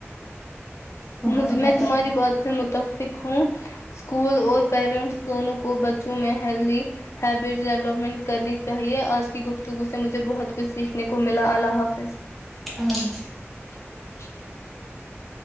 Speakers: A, in the centre; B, on the left (about 80°).
A: ان
B: مجھ
A: کا تو پتہ
B: میں تمہاری
A: ہی ہے
B: بات سے متف سکھوں اسکول اور پیرنٹس دونوں کو بچوں میں ہیلدی ہیبٹس ڈیولپمنٹ کرنی چاہیے آج کی گفتگو سے مجھے بہت کچھ سیکھنے کو ملا اللہ حافظ
A: ہ <unintelligible>
B: <inaudible>